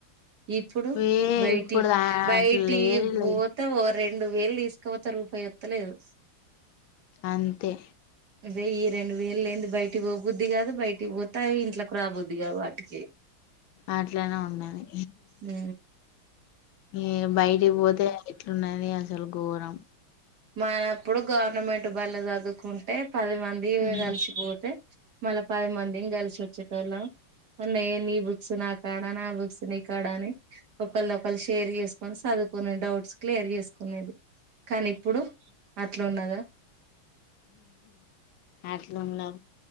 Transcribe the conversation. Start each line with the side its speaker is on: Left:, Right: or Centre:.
Right: ఇప్పుడు
Left: ఏ
Right: బయట్
Left: ఇప్పుడు దా-
Right: బయిటి
Left: అట్లా లేరు
Right: పోత
Left: లే
Right: రెండు వేలు తీసుకోపోతారు రూపాయి ఎత్తలేదు
Left: అంతే
Right: వేయ్య రెండు వేలు లేనిది బయటికి పోబద్ది కాదు, బయటికి పోతే అవి ఇంట్లోకి రాబుద్దిగాద వాటికి
Left: అట్లనే ఉన్నాయి
Right: ఏ
Left: ఏ బయటికి పోతే ఇట్లున్నది అసలు ఘోరం
Right: మనప్పుడు గవర్నమెంట్ బల్ల చదువుకుంటే పది మంది
Left: ఉమ్,
Right: కలిసిపోతే మళ్ళ పది మందిని కలిసిచ్చేటోళ్ళం, ఉన్నాయ నీ బుక్స్ నా కాడా ఆ బుక్స్ నీ కాడాని, ఒకళ్ళ ఒకళ్రు షేర్ చేసుకొని చదువుకుొని డౌట్స్ క్లియర్ చేసుకునేది ఇప్పుడు అట్లు ఉన్నదా
Left: అట్లుంల